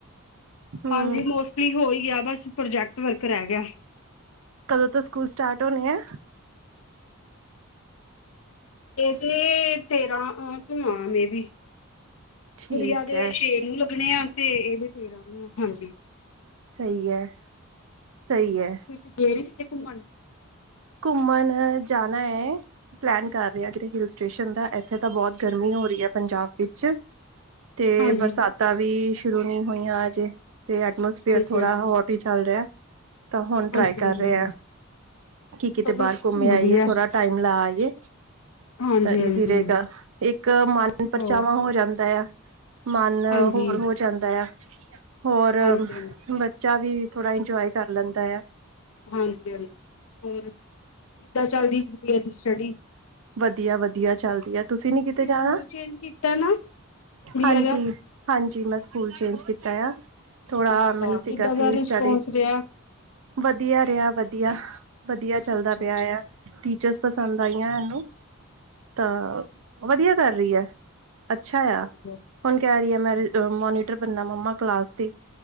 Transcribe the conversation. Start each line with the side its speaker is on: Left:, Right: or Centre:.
Right: ਹਮ
Left: ਹਾਂਜੀ, ਮੋਸਟਲੀ ਹੋ ਈ ਗਿਆ ਬਸ ਪ੍ਰੋਜੈਕਟ ਵਰਕ ਰੈ ਗਿਆ।
Right: ਕਦੋਂ ਤੋਂ ਸਕੂਲ ਸਟਾਰਟ ਹੋਣੈ ਐ?
Left: ਏਦੇ ਤੇਰਾਂ ਅ ਤੋ ਆਂ, ਮੇ ਬੀ
Right: ਠੀਕ
Left: ਗੁੜੀਆਂ ਦੇ
Right: ਹੈ
Left: ਛੇ ਨੂੰ ਲੱਗਣੇ ਆ ਤੇ ਏਦੇ ਤੇਰਾਂ ਨੂੰ ਆ, ਹਾਂਜੀ।
Right: ਸਈ ਐ, ਸਈ ਐ।
Left: ਤੁਸੀਂ ਗੇ ਨੀ ਕਿਤੇ ਘੁੰਮਨ?
Right: ਘੁੰਮਨ ਜਾਨਾ ਏ। ਪਲੈਨ ਕਰ ਰਿਹਾ ਕਿਤੇ ਹਿਲ ਸਟੇਸ਼ਨ ਦਾ। ਐਥੇ ਤਾਂ ਬਹੁਤ ਗਰਮੀ ਹੋ ਰਹੀ ਐ ਪੰਜਾਬ ਵਿੱਚ। 'ਤੇ
Left: ਹਾਂਜੀ,
Right: ਬਰਸਾਤਾਂ ਵੀ ਸ਼ੁਰੂ ਨੀ ਹੋਈਆਂ ਅਜੇ। ਤੇ ਐਟਮੋਸਫੇਅਰ
Left: ਹਾਂਜੀ,
Right: ਥੋੜਾ
Left: ਹਾਂਜੀ,
Right: ਹੋਟ ਹੀ ਚੱਲ ਰਿਐ, ਤਾਂ ਹੁਣ
Left: ਹਾਂਜੀ,
Right: ਟਰਾਈ
Left: ਹਾਂਜੀ, ਹਾਂਜੀ।
Right: ਕਰ ਰੇ ਆ। ਕੀ ਕਿਤੇ
Left: ਚਲੋ
Right: ਬਾਹਰ ਘੁੰਮ ਆਈਏ,
Left: ਵਧੀਆ
Right: ਥੋੜਾ ਟਾਈਮ ਲਾ ਆਈਏ।
Left: ਹਾਂਜੀ,
Right: ਤਾਂ
Left: ਹਾਂਜੀ
Right: ਇਜ਼ੀ ਰਹੇਗਾ, ਇੱਕ ਮਨ ਪਰਚਾਵਾਂ
Left: ਹੋਰ
Right: ਹੋ ਜਾਂਦੈ ਆ। ਮਨ
Left: ਹਾਂਜੀ,
Right: ਹੋਰ ਹੋ ਜਾਂਦੈ ਆ, ਹੋਰ
Left: ਹਾਂਜੀ, ਹਾਂਜੀ,
Right: ਬੱਚਾ ਵੀ, ਥੋੜਾ ਇੰਜੋਏ ਕਰ ਲੈਂਦਾ ਆ।
Left: ਹਾਂਜੀ -ਹਾਂਜੀ। ਹੋਰ, ਕਿੱਦਾਂ ਚੱਲਦੀ ਪਈ ਐ ਜੀ ਸਟੱਡੀ?
Right: ਵਦੀਆ -ਵਦੀਆ ਚੱਲਦੀ ਆ। ਤੁਸੀਂ ਨੀ ਕਿਤੇ ਜਾਣਾ?
Left: ਸਕੂਲ ਚੇਂਜ ਕੀਤਾ ਨਾ ਗੁੜੀਆ
Right: ਹਾਂਜੀ।
Left: ਦਾ?
Right: ਹਾਂਜੀ, ਮੈਂ ਸਕੂਲ ਚੇਂਜ ਕੀਤਾ ਆ। ਥੋੜਾ,
Left: ਅੱਛਾ
Right: ਮੈਨੂੰ ਸੀਗਾ
Left: ਕਿੱਦਾਂ
Right: ਕਿ
Left: ਦਾ
Right: ਸਟਡੀ?
Left: ਰਿਸਪੋਂਸ ਰਿਹਾ?
Right: ਵਦੀਆ ਰੇਆ, ਵਦੀਆ - ਵਦੀਆ ਚੱਲਦਾ।
Left: ਅੱਛਾ,
Right: ਪਿਆ
Left: ਅੱਛਾ
Right: ਆ ਟੀਚਰਸ ਪਸੰਦ ਆਈਆਂ
Left: ਅੱਛਾ
Right: ਐਨੂੰ, ਤਾਂ ਵਦੀਆ ਕਰ ਰਹੀ ਐ। ਅੱਛਾ
Left: ਠੀਕ
Right: ਆ।
Left: ਹੈ
Right: ਹੁਨ ਕਹਿ ਰਹੀ
Left: ਠੀਕ
Right: ਐ ਮੈਂ ਅ
Left: ਹੈ
Right: ਮੋਨੀਟਰ ਬਣਨਾ ਮੰਮਾ ਕਲਾਸ ਦੀ।